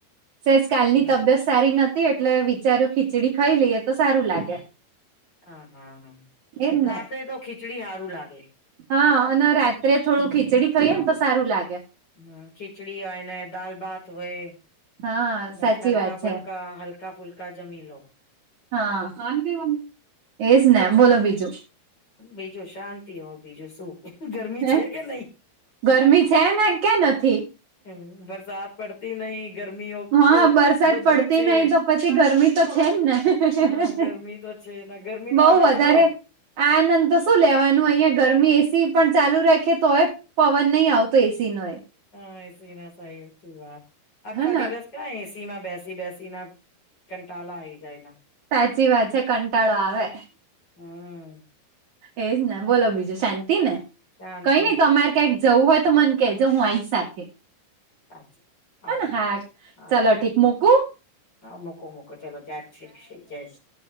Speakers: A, on the right; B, on the left.
A: સહેજ કાલની
B: હમ,
A: તબિયત- -સારી નથી. એટલે વિચાર્યું ખીચડી ખાઈ લઈએ, તો સારું લાગે.
B: આ હા,
A: એમ
B: રાતે
A: ને
B: તો ખીચડી હારું લાગે.
A: હા, અને રાત્રે થોડું ખીચડી ખાઈએ ને, તો સારું લાગે.
B: હમ ખિચડી હોય ને, દાલ ભાત હોય.
A: હા
B: બસ
A: સાચી
B: હલકા
A: વાત
B: ફુલકા,
A: છે
B: હલકા ફુલકા જમીલ-
A: હા <unintelligible> એજ ને, બોલો બીજું.
B: બીજું શાંતિ, હોવ બીજું શું. ગરમી
A: હે
B: છે કે નહી?
A: ગરમી છેને, ક્યાં નથી?
B: હમ, બરસાત પડ- <unintelligible> ગરમી <unintelligible> ઓ
A: હા વરસાદ
B: બધું
A: પડતી
B: છે.
A: નહી તો પછી ગરમી તો છે જ
B: હ,
A: ને
B: ગરમી તો છે. ના ગરમી નો
A: બઉ
B: આનંદ
A: વધારે
B: લો.
A: આનંદ તો શું લેવાનું, અહિયાં ગરમી એસી પણ ચાલુ રાખીએ તોય, પવન નહીં આવતો એસી નો.
B: હા ના <unintelligible> સાહી ઓછી વાત આખા
A: હેને
B: દિવસ- ક્યાં, એસીમાં બેસી બેસી ના, કંટાલા આવી જાય ના.
A: સાચી વાત છેે, કંટાળો આવે.
B: હમ
A: એજ ને, બોલો બીજું, શાંતિ ને,
B: શાંતિ
A: કઈ નઈ તમારે ક્યાંક- જવું હોય તો, મને કેજો હું આઈસ સાથે.
B: સાચું સારું
A: હને, હાક
B: સારું
A: ચાલો ઠીક મુકું.
B: હા, મુકો મુકો. ચલો જય શ્રી ક જય